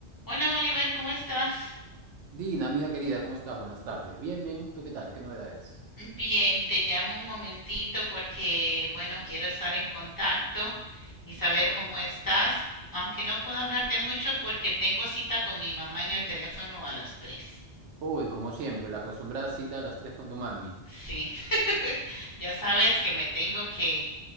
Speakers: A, on the left (about 20°); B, on the right (about 80°).
A: Hola Oliver, ¿cómo estás?
B: Dina, amiga querida, ¿cómo estás? Buenas tardes. Bien, bien. ¿Tú qué tal? ¿Qué novedades?
A: Bien, te llamo un momentito porque, bueno, quiero estar en contacto y saber
B: Oh,
A: cómo estás, aunque no puedo hablarte mucho porque tengo cita con mi mamá en el teléfono a las 3.
B: Uy, como siempre, la acostumbrada cita a las tres con tu mami.
A: Sí, <laughs> ya sabes que me tengo que